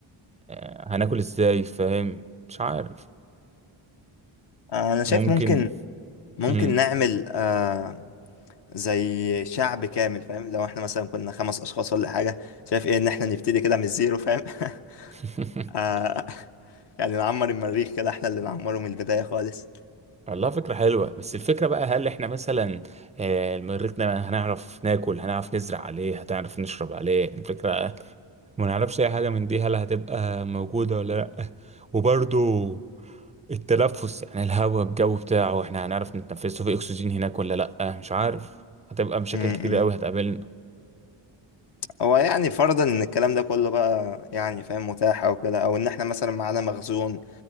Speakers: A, on the right (about 15°); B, on the left (about 55°).
A: آه، هناكل ازاي فاهم مش عارف
B: آه، انا شايف
A: ممكن
B: ممكن ممكن
A: مم.
B: نعمل آه، زي شعب كامل فاهم لو احنا مثلا كنا خمس اشخاص ولا حاجه شايف ايه ان احنا نبتدي كده من الزيرو فاهم <laughs>
A: <laughs>
B: آه، يعني نعمر المريخ كده احنا اللي نعمره من البدايه خالص
A: والله فكرة حلوة بس الفكرة بقى هل احنا مثلا آه، المريخ ده هنعرف ناكل هنعرف نزرع عليه هتعرف نشرب عليه الفكرة ما نعرفش اي حاجه من دي هل هتبقى موجوده ولا لا وبرضو التنفس يعني الهواء الجو بتاعه احنا هنعرف نتنفسه في اكسجين هناك ولا لا مش عارف هتبقى مشاكل
B: م-
A: كتير قوي
B: م.
A: هتقابلنا
B: هو يعني فرضا ان الكلام ده كله بقى يعني فاهم متاح او كده او ان احنا مثلا معانا مخزون